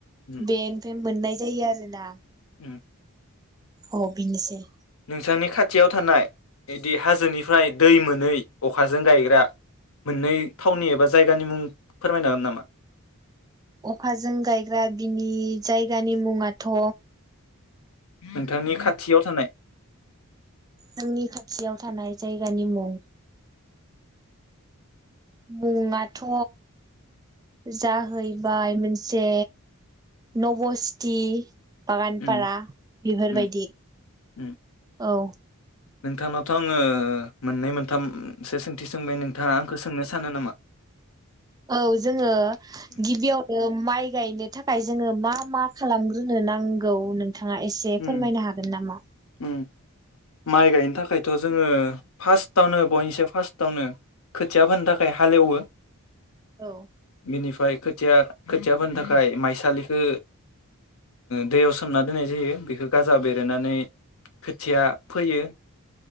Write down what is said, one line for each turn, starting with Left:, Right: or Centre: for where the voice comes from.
Left: उम
Right: बेनिफ्राय मोननाय जायो आरो ना
Left: उम
Right: औ बिनोसेै
Left: नोंसानि खाथियाव थानाय बिदि हाजोनिफ्राय दै मोनै अखाजों गायग्रा मोननै थावननि एबा जायगानि मुं फोरमायनो हागोन नामा?
Right: अखाजों गायग्रा बिनि जायगानि मुंङाथ
Left: नोंथांनि खाथियाव थानाय
Right: जोंनि खाथियाव थानाय जायगानि मुं मुंङाथ जाहैबाय मोनसे नबस्थि बागानफारा
Left: उम
Right: बेफोरबायदि
Left: उम उम
Right: औ
Left: नोंथांनावथ आंङो मोननै मोन थामसो सोंथि सोंबाय नोंथाङा आंखौ सोंनो सानो नामा?
Right: औ जोङो गिबियावनो माइ गायनो थाखाय जोङो मा मा खालामग्रोनो नांगौ नों थाङा एसे
Left: उम
Right: फोरमायनो हागोन नामा??
Left: उम माइ गायनो थाखाय थ जोंङो फार्स्टावनो बयनिसो फार्स्टावनो खोथिया फोनो थाखाय हालेवो
Right: औ
Left: बिनिफ्राय खोथिया खोथिया फोनो थाखाय माइसालिखौ दैयाव ओ सोमना दोननाय जायो। बेखौ गाजा बेरायनानै खोथिया फोयो‌।